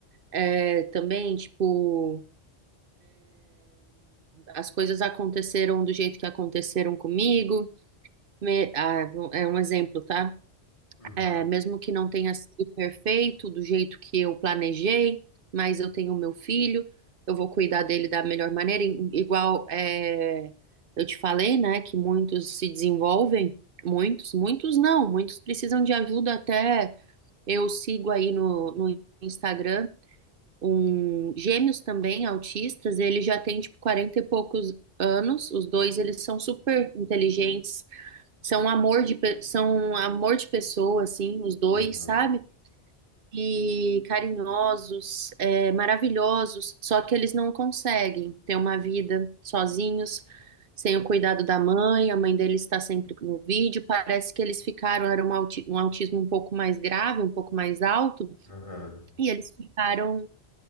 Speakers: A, on the right; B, on the left.
A: é, também, tipo, as coisas aconteceram do jeito que aconteceram comigo. Me- ah, é um exemplo, tá?
B: Uhum,
A: É, mesmo que não tenha sido perfeito do jeito que eu planejei, mas eu tenho meu filho, eu vou cuidar dele da melhor maneira. I- Igual é, eu te falei, né, que muitos se desenvolvem, muitos, muitos não, muitos precisam de ajuda até. Eu sigo aí no, no Instagram um gêmeos também, autistas, ele já tem tipo 40 e poucos anos, os dois eles são super inteligentes são amor de, pe- são amor de pessoa, assim, os dois,
B: uhum,
A: sabe? E carinhosos, é, maravilhosos, só que eles não conseguem ter uma vida sozinhos, sem o cuidado da mãe, a mãe deles está sempre no vídeo, parece que eles ficaram, era um, auti- um autismo um pouco mais grave, um pouco mais alto,
B: uhum,
A: e eles ficaram